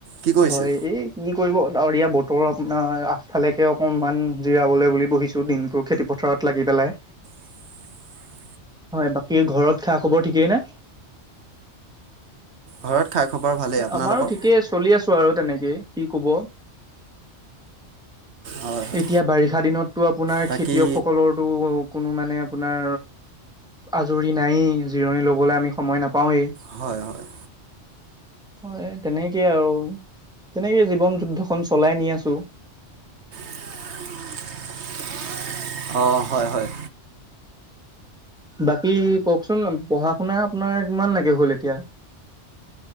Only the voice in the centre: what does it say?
হয় এই কি কৰিব আৰু ই বতৰ আপোনাৰ আগফালেকে অকণমান জিৰাবলৈ বুলি বহিছোঁ দিনটো খেতি পথাৰত লাগিব। <unintelligible>
হয় বাকী ঘৰত খা খবৰ ঠিকেই নে?
আমাৰো ঠিকেই চলি আছো আৰু তেনেকে কি কব।
এতিয়া বাৰিষা দিনতটো আপোনাৰ
খেতিয়ক সকলৰ টো। কোনো মানে আপোনাৰ আজৰি নায়েই জিৰণি ল'বলৈ আমি সময় নাপাওঁৱেই।
হয় তেনেকে তেনেকে আৰু তেনেকে জীৱন যুদ্ধখন চলাই নি আছো।
বাকী কওকচোন পঢ়া শুনা আপোনাৰ কিমান লোকে হ'ল এতিয়া?